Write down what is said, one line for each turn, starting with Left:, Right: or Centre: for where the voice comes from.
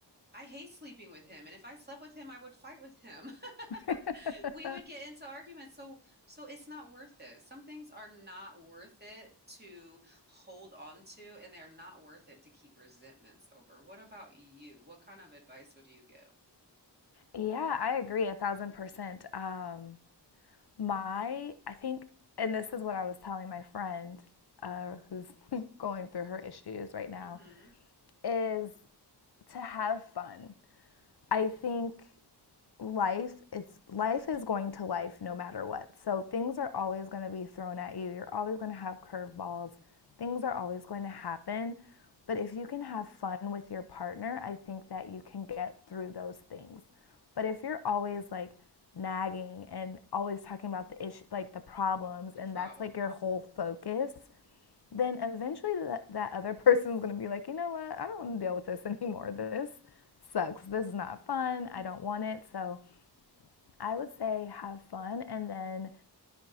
Right: I hate sleeping with him. And if I slept with him, I would fight with him. <laughs>
Left: <laughs>
Right: we would get into arguments. So, so it's not worth it. Some things are not worth it to hold on to, and they're not worth it to keep resentments over. What about you? What kind of advice would you give?
Left: Yeah, I agree a thousand percent. Um, My, I think, and this is what I was telling my friend uh, who's <laughs> going through her issues right now,
Right: Mm-hmm.
Left: is to have fun. I think life it's life is going to life no matter what so things are always going to be thrown at you you're always going to have curveballs things are always going to happen but if you can have fun with your partner i think that you can get through those things but if you're always like nagging and always talking about the issue like the problems
Right: The
Left: and
Right: problems.
Left: that's like your whole focus then eventually that, that other <laughs> person's going to be like you know what i don't want to deal with this anymore this sucks this is not fun i don't want it so I would say have fun and then